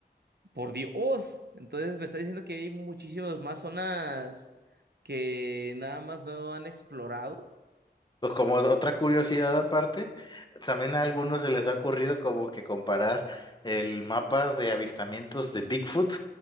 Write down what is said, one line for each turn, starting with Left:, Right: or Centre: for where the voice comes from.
Right: por Dios. Entonces me está diciendo que hay muchísimas más zonas que nada más no han explorado.
Left: Pues como otra curiosidad aparte, también a algunos se les ha ocurrido como que comparar el mapa de avistamientos de Bigfoot